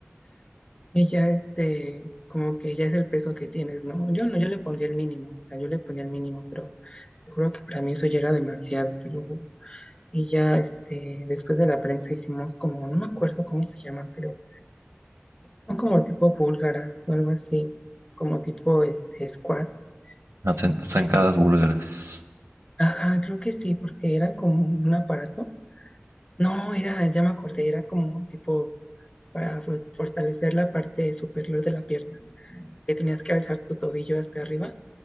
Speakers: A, on the left; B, on the right.
A: y ya este, como que ya es el peso que tienes, ¿no? Yo no, yo le pondría el mínimo, o sea, yo le ponía el mínimo, pero te juro que para mí eso ya era demasiado, te lo juro. Y ya este, después de la prensa hicimos como, no me acuerdo cómo se llaman, pero son como tipo búlgaras o algo así, como tipo este, squats.
B: Las zan- zancadas búlgaras.
A: Ajá, creo que sí, porque eran como un aparato No, era, ya me acordé, era como tipo para for- fortalecer la parte superior de la pierna, que tenías que alzar tu tobillo hasta arriba.